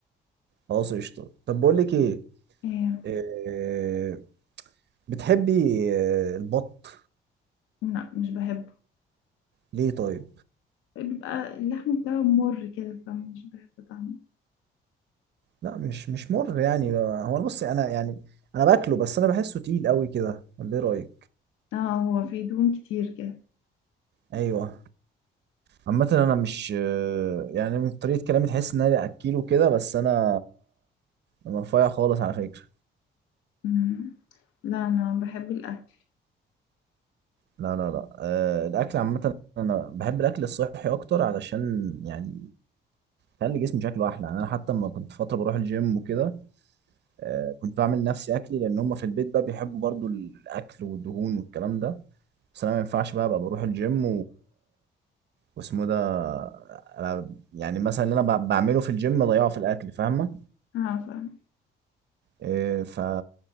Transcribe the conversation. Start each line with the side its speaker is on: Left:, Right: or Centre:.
Right: خلاص قشطه طب بقول لك ايه
Left: إيه
Right: إيه، بتحبي آه، البط
Left: لا مش بحبه
Right: ليه طيب
Left: بيبقى اللحم بتاعه مر كده فمش بحب طعمه
Right: لا مش مش مر يعني هو انا بصي انا يعني انا باكله بس انا بحسه تقيل قوي كده ولا ايه رايك
Left: اه هو فيه دهون كتير كده
Right: ايوه عامة انا مش يعني من طريقة كلامي تحس ان انا اكله كده بس انا انا رفيع خالص على فكرة
Left: مم. لا انا بحب الاكل
Right: لا لا لا أه الاكل عامة انا بحب الاكل الصحي اكتر علشان يعني خلي جسمي شكله احلى يعني انا حتى لما كنت فترة بروح الجيم وكده أه كنت بعمل نفسي اكلي لان هم في البيت بقى بيحبوا برضو الاكل والدهون والكلام ده بس انا ما ينفعش بقى ابقى بروح الجيم واسمه ده أنا يعني مثلا اللي انا ب- بعمله في الجيم بضيعه في الاكل فاهمه
Left: اه فعلا
Right: إيه ف